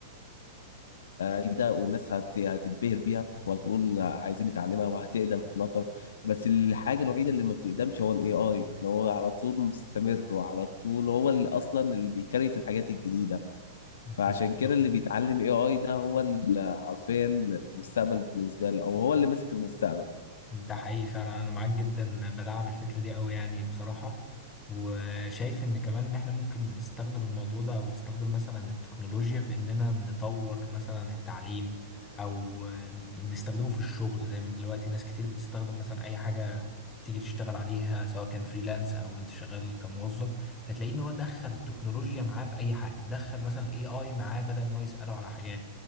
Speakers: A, on the left; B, on the left.
A: آه، جديده والناس هت- هتتبهر بيها وهتقول عايزين نتعلمها وهتقدم فلاتر بس الحاجه الوحيده اللي ما بتقدمش هو الاي اي اللي هو على طول مستمر وعلى طول هو اللي اصلا اللي بيكريت الحاجات الجديده
B: بالظبط
A: فعشان كده اللي بيتعلم اي اي ده هو ال- حرفيا المستقبل بالنسبه له او هو اللي ماسك المستقبل
B: ده حقيقي فعلا انا معاك جدا بدعم الفكره دي قوي يعني بصراحه وشايف ان كمان ان احنا ممكن نستخدم الموضوع ده او نستخدم مثلا التكنولوجيا في اننا نطور مثلا التعليم او نستخدمه في الشغل زي ما دلوقتي ناس كتير بتستخدم مثلا اي حاجه تيجي تشتغل عليها سواء كان فريلانس او انت شغال كموظف فتلاقيه ان هو دخل التكنولوجيا معاه في اي حاجه دخل مثلا الاي اي معاه بدل ان هو يساله على حاجات